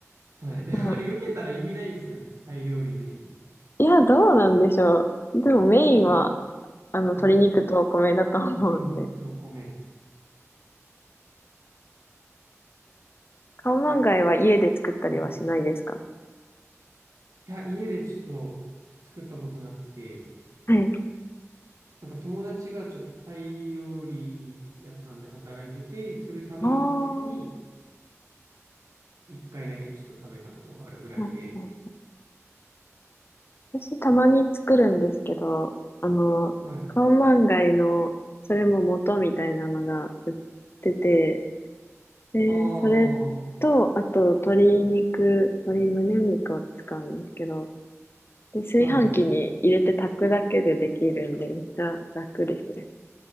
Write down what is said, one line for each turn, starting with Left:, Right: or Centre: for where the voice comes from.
Right: はい。で、
Left: も
Right: あれ避けたら意味ないですよね。タイ料理の意味。
Left: いや、どうなんでしょう。でもメインは、
Right: そうです。
Left: あの、鶏肉とお米だと思うんで。
Right: あー、鶏肉とお米。
Left: カオマンガイは家で作ったりはしないですか
Right: で、はい。いや、家でちょっと作ったことなくて、
Left: はい。
Right: なんか友達がちょっとタイ料理屋さんで働いてて、それ食べに行った時に、
Left: ああ、
Right: 一回だけちょっと食べたことがあるぐらいで。
Left: うんうん私たまに作るんですけど、あの、
Right: はい。
Left: カオマンガイの、それも元みたいなのが売ってて、で、
Right: ああ、
Left: それと、
Right: は
Left: あと、鶏肉、鶏胸肉を使うんですけど、で、炊飯器に入れて炊くだけでできるんで、
Right: いは
Left: めっちゃ楽ですね。